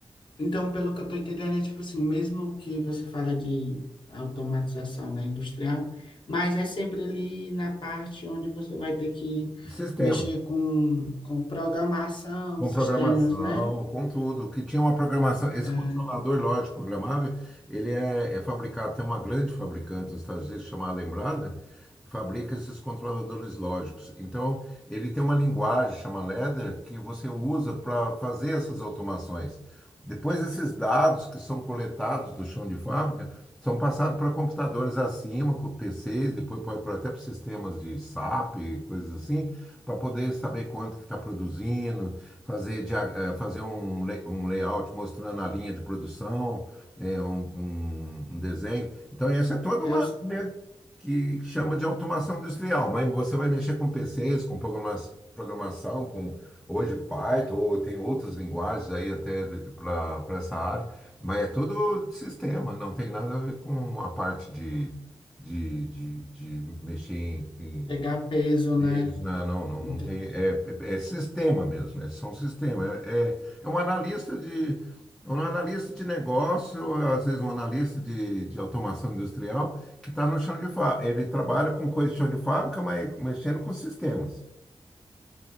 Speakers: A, on the left (about 55°); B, in the centre.
A: então pelo que eu tô entendendo, é tipo assim, mesmo que você fala de automatização na industrial, mas é sempre ali na parte onde você vai ter que
B: de sistema.
A: mexer com, com programação,
B: Com
A: sistemas,
B: programação,
A: né?
B: com tudo. Que tinha uma programação. Esse
A: É,
B: controlador lógico programável, ele é, é fabricado, tem uma grande fabricante dos Estados Unidos chamada Lembrada, fabrica esses controladores lógicos. Então, ele tem uma linguagem chamada Ladder que você usa para fazer essas automações. Depois, esses dados que são coletados do chão de fábrica são passados para computadores acima, com PCs, depois pode para até para sistemas de SAP, coisas assim, para poder saber quanto que está produzindo fazer, dia- eh, fazer um, lay- um layout mostrando a linha de produção, eh, um, um- um desenho. Então, essa é toda
A: eu
B: uma
A: s-
B: área que chama de automação industrial, mas você vai mexer com PCs, com programa- programação, com hoje Python, ou tem outras linguagens aí até para essa área, mas é tudo de sistema, não tem nada a ver com a parte de, de, de, de mexer em
A: pegar peso, né?
B: eles, não, não, não,
A: Não
B: não
A: ter
B: tem.
A: que-
B: É, é é sistema mesmo, é, são sistema. É, é, é um analista de é um analista de negócio, às vezes um analista de, de automação industrial, que está no chão de fábrica. Ele trabalha com coisa de chão de fábrica, mas mexendo com sistemas,